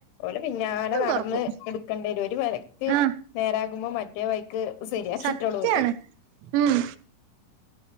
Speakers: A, on the left; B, on the right.
A: ഓലെ പിന്നാലെ നടന്ന്
B: തുറക്കും
A: എടുക്കണ്ടി വരും ഒരു
B: ആഹ്
A: <unintelligible> നേരാകുമ്പോ മറ്റേ വൈക്ക് സെരിയാക്കിട്ടോല്
B: സത്യാണ് ഉം